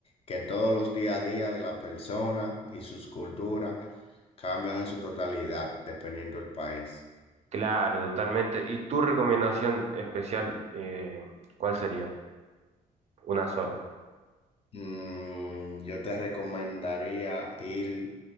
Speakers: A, on the left; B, on the right.
A: que todos los día a día de la persona y sus culturas cambian en su totalidad dependiendo del país.
B: Claro, totalmente. ¿Y tu recomendación especial, eh, cuál sería? Una sola.
A: Mm, yo te recomendaría ir